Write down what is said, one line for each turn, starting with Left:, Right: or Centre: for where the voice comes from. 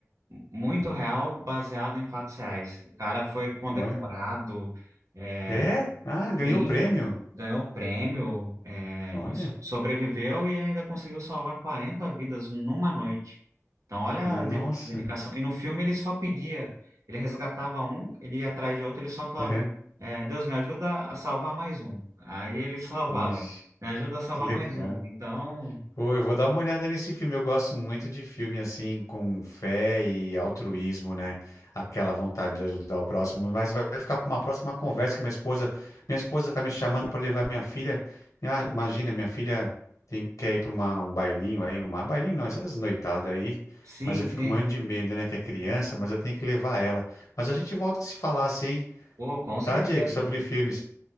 Right: muito real, baseado em fatos reais. O cara foi condecorado.
Left: Olha,
Right: é,
Left: é? Ah, ganhou
Right: Sim,
Left: o prêmio.
Right: ganhou prêmio, é,
Left: Olha,
Right: e so- sobreviveu e ainda conseguiu salvar 40 vidas numa noite. Então, olha
Left: nossa.
Right: a de- dedicação. E no filme ele só pedia, ele resgatava um, ele ia atrás de outro, ele só falava:
Left: Aham,
Right: é, Deus, me ajuda a salvar mais um. Aí ele <laughs> salvava,
Left: Puxa,
Right: me ajuda a salvar
Left: que legal.
Right: mais um. Então,
Left: Pô, eu vou dar uma olhada nesse filme. Eu gosto muito de filme assim, com fé e altruísmo, né? Aquela vontade de ajudar o próximo. Mas vai vai ficar para uma próxima conversa que minha esposa, minha esposa tá me chamando para levar minha filha. Minha- imagina, minha filha tem quer ir para uma um bailinho aí, uma bailinho não, essas noitadas aí.
Right: sim,
Left: Mas eu fico
Right: sim,
Left: morrendo de medo, né? Que é criança, mas eu tenho que levar ela. Mas a gente volta a se falar assim,
Right: pô, com certeza.
Left: tá, Diego? Sobre filmes.